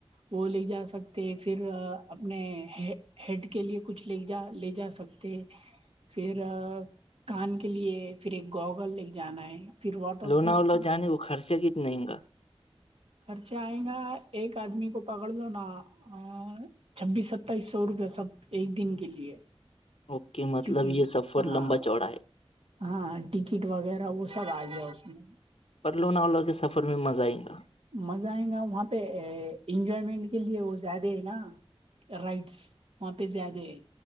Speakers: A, on the right; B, on the left.
A: وہ لے جا سکتے پھر اپنے ہیڈ کے لیے کچھ لے جا لے جا سکتے پھر کان کے لیے پھر ایک گوگل لے کے جانا ہے پھر واٹر
B: لونا
A: پروف
B: وولا جانے کو خرچے کتنے گا
A: خرچے آئ گا ایک آدمی کو پکڑ لو نا اور چھبیس ستائیس سو روپیہ سب ایک دن کے لیے
B: اوکے <inaudible>
A: چونکہ
B: یہ سفر
A: ہاں
B: لمبا چوڑا ہے
A: ہاں ٹکٹ وغیرہ وہ سب آ گیا اس میں
B: پرلوناولا کے سفر میں مزہ آئےیں گا
A: مزہ آئے گا وہاں پہ انجوائمنٹ کے لیے وہ زیادہ ہے نا رائٹس وہاں پہ زیادہ